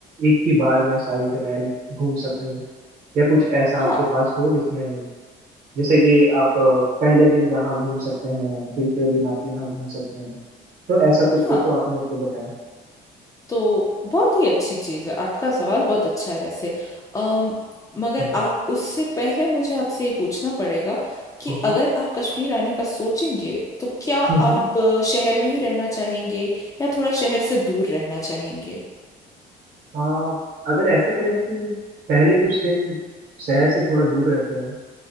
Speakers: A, on the right (about 60°); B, on the left (about 20°).
A: एक ही बार में सारी जगह घूम सकूं या कुछ ऐसा आपके
B: हाँ
A: पास हो जिसमें जैसे कि आप अ, पहले दिन यहाँ घूम सकते हैं दूसरे दिन आप यहाँ घूम सकते हैं तो ऐसा कुछ
B: हाँ
A: हो तो आप मेरे को बताया
B: तो बहुत ही अच्छी चीज़ है आपका सवाल बहुत अच्छा है वैसे अम मगर
A: हम्म।
B: आप उससे पहले मुझे आपसे ये पूछना पड़ेगा कि
A: हाँ हाँ
B: अगर आप कश्मीर आने का सोचेंगे तो क्या आप
A: हम्म हम्म।
B: अ, शहर में ही रहना चाहेंगे या थोड़ा शहर से दूर रहना चाहेंगे
A: आ, अगर ऐसा करें कि पहले कुछ दिन शहर से थोड़ा दूर रहते हैं